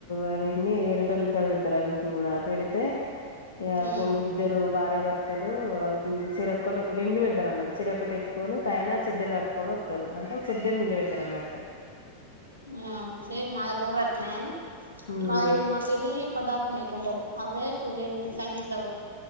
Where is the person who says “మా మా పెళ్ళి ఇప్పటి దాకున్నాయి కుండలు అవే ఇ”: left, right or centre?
Left